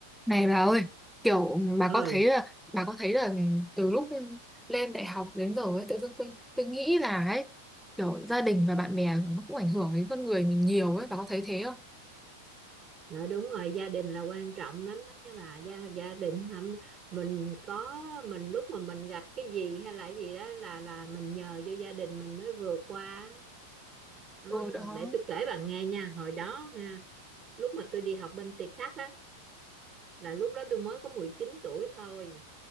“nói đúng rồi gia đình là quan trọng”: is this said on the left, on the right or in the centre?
Right